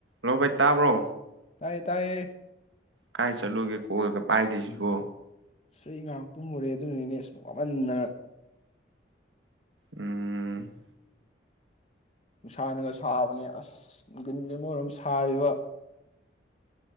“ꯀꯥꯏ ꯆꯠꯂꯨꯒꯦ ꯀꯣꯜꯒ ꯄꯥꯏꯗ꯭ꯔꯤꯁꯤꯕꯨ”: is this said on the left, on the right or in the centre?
Right